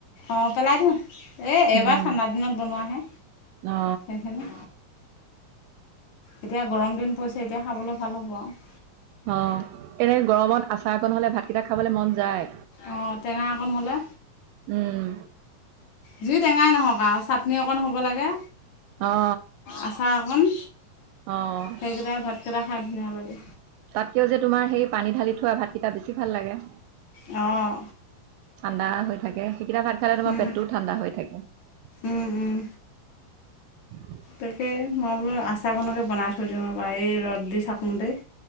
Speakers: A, on the left; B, on the right.
A: অঁ পেলাই দিওঁ এই এইবাৰ
B: উম
A: ঠাণ্ডা দিনত বনোৱাহে
B: অ
A: সেইখিনি এতিয়া গৰম দিন পৰিছে এতিয়া খাবলৈ ভাল হ'ব আৰু
B: অ এনে গৰমত আচাৰ অকণ হ'লে ভাতকেইটা খাবলৈ মন যায়।
A: অঁ টেঙা অকণ হ'লে
B: উম
A: যি টেঙাই নহওক আৰু চাটনি অকণ হ'ব লাগে
B: অ
A: আচাৰ অকণ।
B: অ
A: সেইকেইটাই ভাতকেইটা খাই ধুনীয়া লাগে।
B: তাতকৈও যে তোমাৰ সেই পানী ঢালি থোৱা ভাতকেইটা বেছি ভাল লাগে।
A: অঁ
B: ঠাণ্ডা হৈ থাকে সেইকেইটা ভাত খালে তোমাৰ
A: উম
B: পেটটোও ঠাণ্ডা হৈ থাকে।
A: উম উম।
B: <unintelligible>
A: তাকে মই বোলো আচাৰখনণকে বনাই থৈ দিওঁ আৰু এই ৰ'দ দি থাকোঁ তেই